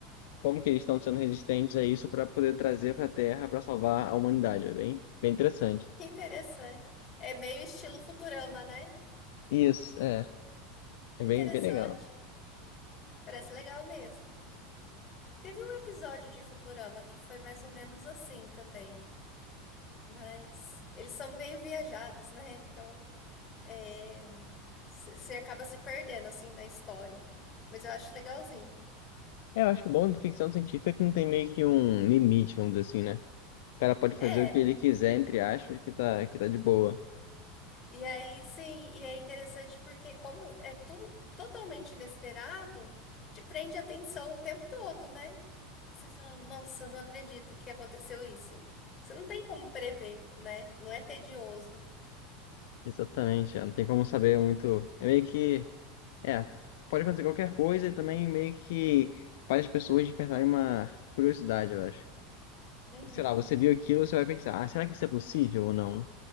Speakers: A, on the left; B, on the left.
A: como que eles estão sendo resistentes a isso para poder trazer para a Terra para salvar a humanidade. É bem, bem interessante.
B: Que interessante. É meio estilo Futurama, né?
A: Isso, é.
B: Que
A: É bem,
B: interessante.
A: bem legal.
B: Parece legal mesmo. Teve um episódio de Futurama que foi mais ou menos assim também. Mas eles são meio viajados, né? Então, é... c- você acaba se perdendo, assim, na história. Mas eu acho legalzinho.
A: É, eu acho que o bom de ficção científica é que não tem meio que um limite, vamos dizer assim, né? O cara pode fazer
B: É,
A: o que ele quiser, entre aspas, que tá, que tá de boa.
B: e aí, sim, e é interessante porque como é tudo totalmente inesperado, te prende a atenção o tempo todo, né? Você fala, nossa, não acredito que aconteceu isso. Você não tem como prever, né? Não é tedioso.
A: Exatamente, é, não tem como saber muito. É meio que. É, pode acontecer qualquer coisa e também meio que faz as pessoas despertarem uma curiosidade, eu acho.
B: Uhum.
A: Sei lá, você viu aquilo, você vai pensar, ah, será que isso é possível ou não?